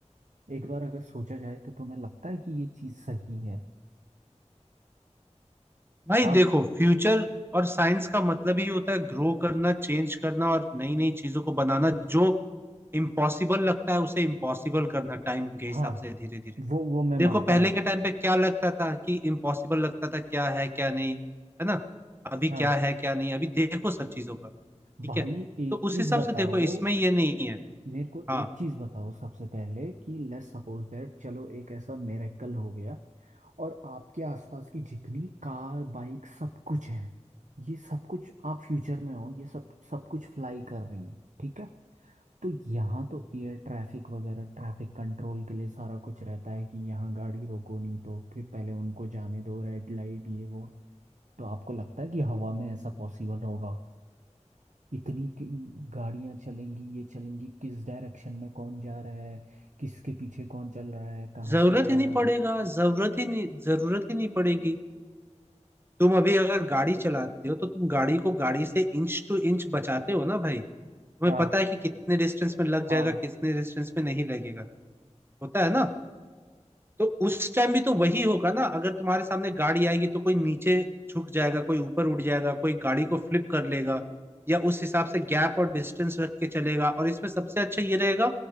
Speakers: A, on the right (about 80°); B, on the right (about 20°).
A: एक बार अगर सोचा जाए तो तुम्हें लगता है कि ये चीज़ सही है
B: भाई
A: आप
B: देखो फ्यूचर और साइंस का मतलब ही होता है ग्रो करना चेंज करना और नई नई चीजों को बनाना जो इम्पॉसिबल लगता है उसे इम्पॉसिबल करना टाइम के हिसाब
A: हाँ
B: से धीरे धीरे
A: वो वो मैं
B: देखो
A: मानता
B: पहले
A: हूँ
B: के टाइम पे क्या लगता था कि इम्पॉसिबल लगता था क्या है क्या नहीं है ना अभी क्या
A: हाँ
B: है क्या नहीं अभी देखो सब चीजों का ठीक
A: भाई
B: है
A: एक
B: तो उस
A: चीज
B: हिसाब
A: बताओ
B: से देखो इसमें ये नहीं है
A: मेरे को
B: हाँ
A: एक चीज बताओ सबसे पहले कि लेट्स सपोज दैट चलो एक ऐसा मिरेकल हो गया और आपके आसपास की जितनी कार बाइक सब कुछ है ये सब कुछ आप फ्यूचर में हो ये सब सब कुछ फ्लाई कर रही है ठीक है तो यहाँ तो एयर ट्रैफिक वगैरह ट्रैफिक कंट्रोल के लिए सारा कुछ रहता है कि यहाँ गाड़ी रोको नहीं तो फिर पहले उनको जाने दो रेड लाइट ये वो तो आपको लगता है कि हवा में ऐसा पॉसिबल होगा इतनी कि- गाड़ियां चलेंगी ये चलेंगी किस डायरेक्शन में कौन जा रहा है किसके पीछे कौन चल रहा है कहाँ
B: जरूरत
A: से क्या
B: ही नहीं
A: हो
B: पड़ेगा
A: रहा है
B: जरूरत ही नहीं जरूरत ही नहीं पड़ेगी तुम अभी अगर गाड़ी चलाते हो तो तुम गाड़ी को गाड़ी से इंच टू इंच बचाते हो ना भाई तुम्हें
A: हाँ
B: पता है कि कितने डिस्टेंस में लग जाएगा
A: हाँ
B: कितने डिस्टेंस में नहीं लगेगा होता है ना तो उस टाइम भी तो वही होगा ना अगर तुम्हारे सामने गाड़ी आएगी तो कोई नीचे झुक जाएगा कोई ऊपर उड़ जाएगा कोई गाड़ी को फ्लिप कर लेगा या उस हिसाब से गैप और डिस्टेंस रख के चलेगा और इसमें सबसे अच्छा ये रहेगा